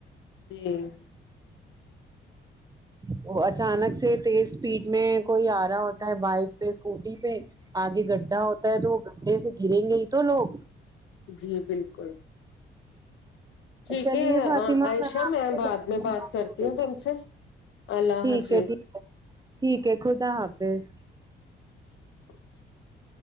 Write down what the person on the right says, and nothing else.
وہ اچانک سے تیز اسپیڈ میں کوئی آ رہا ہوتا ہے بائک پہ اسکوٹی پہ آگے گڈھا ہوتا ہے تو وہ گڈھے سے گریں گے ہی تو لوگ
چلیے
فاطمہ
آپ
سے
ٹھیک
ہے ٹھیک ٹھیک ہے خدا حافظ